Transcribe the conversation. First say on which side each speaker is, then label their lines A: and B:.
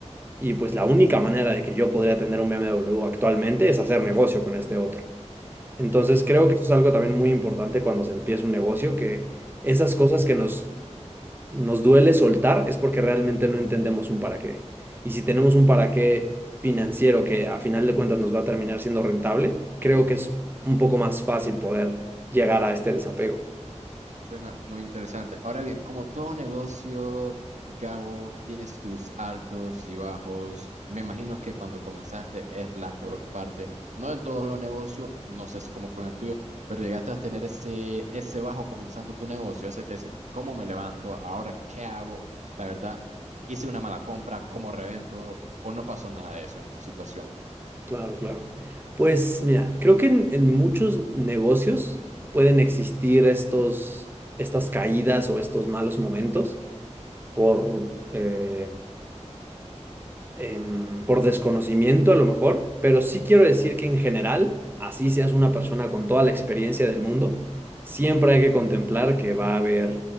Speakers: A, on the right; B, on the right.
A: Y pues la única manera de que yo podría tener un BMW actualmente es hacer negocio con este otro. Entonces creo que eso es algo también muy importante cuando se empieza un negocio, que esas cosas que nos, nos duele soltar es porque realmente no entendemos un para qué. Y si tenemos un para qué financiero que a final de cuentas nos va a terminar siendo rentable, creo que es un poco más fácil poder llegar a este desapego.
B: Suena muy interesante. Ahora bien, como todo negocio, Gabo, tienes tus altos y bajos. Me imagino que cuando comenzaste es la peor parte. No en todos los negocios, no sé cómo fue en el tuyo, pero llegaste a tener ese, ese bajo comenzando tu negocio. Es decir, ¿cómo me levanto? ¿Ahora qué hago? La verdad, hice una mala compra, ¿cómo revendo? ¿O no pasó nada de eso en tu situación?
A: Claro, claro. Pues mira, creo que en, en muchos negocios pueden existir estos, estas caídas o estos malos momentos por, eh, em, por desconocimiento a lo mejor, pero sí quiero decir que en general, así seas una persona con toda la experiencia del mundo, siempre hay que contemplar que va a haber